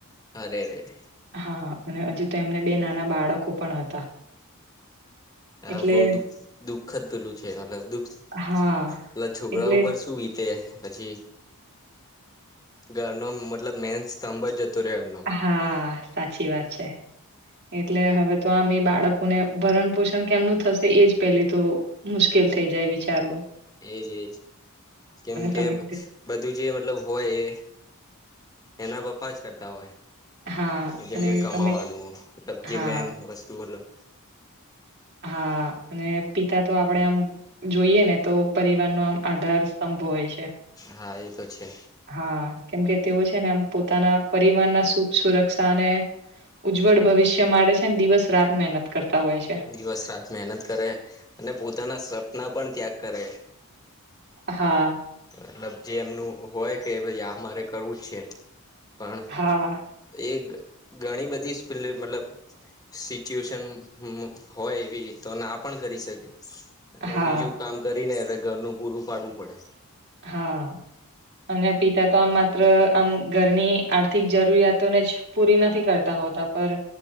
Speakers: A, on the left; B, on the right.
A: અરે અરે
B: હા અને હજુ તો એમને બે નાના બાળકો પણ હતા
A: હા
B: એટલે
A: બહુ દુખ દુખ જ પેલું છે મતલબ દુખ
B: હા
A: પેલા છોકરા
B: એટલે
A: ઉપર શું વીતે પછી ઘરનો મતલબ મેન સ્તંભ જતો રહ્યો એમનો
B: હા સાચી વાત છે એટલે હવે તો આમ એ બાળકોને ભરણ પોષણ કેમનું થશે એજ પેલી તો મુશ્કેલ થઈ જાય વિચારવો
A: એજ એજ કેમ કે
B: તમે
A: બધું જે મતલબ હોય એ એના પપ્પા જ કરતા હોય
B: હા
A: જેમ
B: અને
A: કે કમાવાનું
B: તમે
A: મલબ જે
B: હા
A: મેન વસ્તુ મતલબ
B: હા અને પિતા તો આપડે આમ જોઈએ ને તો પરિવાર નો આમ આધાર સ્તંભ હોય છે
A: હા એ તો છે
B: હા કેમકે તેઓ છે ને આમ પોતાના પરિવારના સુખ સુરક્ષા અને ઉજ્જવળ ભવિષ્ય માટે છે ને દિવસ રાત મહેનત કરતા હોય છે
A: દિવસ રાત મહેનત કરે અને પોતાના સપના પણ ત્યાગ કરે
B: હા
A: મતલબ જે એમનું હોય કે ભાઈ આમારે કરવું છે પણ
B: હા
A: એ ઘણી બધી <unintelligible> મતલબ સિચ્યુએશન હોય એવી તો ના પણ કરી શકે અને
B: હા
A: બીજું કામ કરીને એટલે ઘરનું પૂરું પાડવું પડે
B: હા અને પિતા તો આમાં માત્ર આમ ઘરની આર્થિક જરૂરિયાતોને જ પૂરી નથી કરતા હોતા પર